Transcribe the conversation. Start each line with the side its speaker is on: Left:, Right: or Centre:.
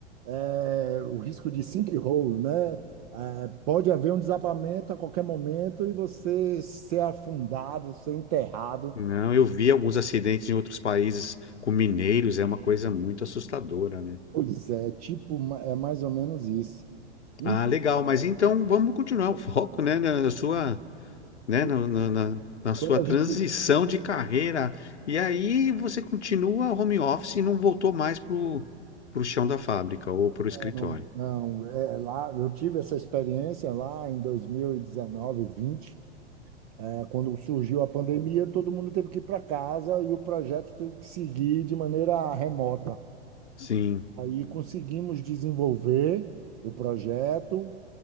Right: é, o risco de sinkhole, né? É, pode haver um desabamento a qualquer momento e você ser afundado, ser enterrado.
Left: não, eu vi alguns acidentes em outros países com mineiros, é uma coisa muito assustadora, né?
Right: Pois é, tipo, ma- é mais ou menos isso. E,
Left: Ah, legal, mas então vamos continuar o <laughs> foco, né, na sua, né,
Right: e
Left: na, na, na- na
Right: quando
Left: sua transição
Right: a gente.
Left: de carreira. E aí você continua home office e não voltou mais pro, pro chão da fábrica ou pro
Right: Não,
Left: escritório.
Right: não, é, lá, eu tive essa experiência lá em 2019, 20, é, quando surgiu a pandemia, todo mundo teve que ir para casa e o projeto teve que seguir de maneira remota.
Left: Sim,
Right: Aí conseguimos desenvolver o projeto,